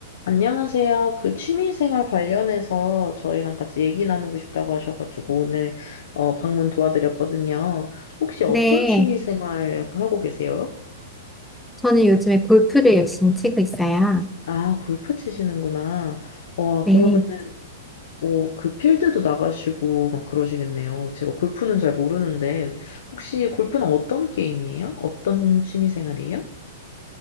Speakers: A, on the left; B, in the centre.
A: 안녕하세요. 그 취미생활 관련해서 저희랑 같이 얘기 나누고 싶다고 하셔가지고 오늘 어, 방문 도와드렸거든요. 혹시 어떤
B: 네,
A: 취미생활 하고 계세요?
B: 저는 요즘에 골프를 열심히 치고 있어요.
A: 아, 골프 치시는구나. 와,
B: 네,
A: 그러면은 어, 그 필드도 나가시고 막 그러시겠네요. 제가 골프는 잘 모르는데 혹시 골프는 어떤 게임이에요? 어떤 취미생활이에요?